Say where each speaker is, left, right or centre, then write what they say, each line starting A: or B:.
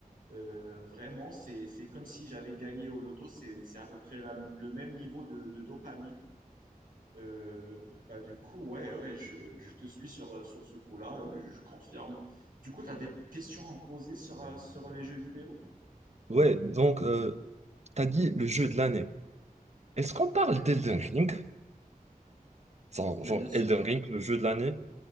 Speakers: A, on the right; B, on the right.
A: Euh, vraiment, c'est, c'est comme si j'avais gagné au loto. C'est, c'est à peu près la- le même niveau de, de dopamine. Euh, bah, du coup, ouais, ouais, je, je te suis sur, sur ce coup-là, euh, je confirme. Du coup, tu as des questions à me poser sur, euh, sur les jeux vidéo?
B: Ouais, donc, euh, t'as dit le jeu de l'année. Est-ce qu'on parle
A: Ouais.
B: d'Elden Ring? Ça,
A: Oui,
B: Genre,
A: bien sûr.
B: Elden Ring, le jeu de l'année?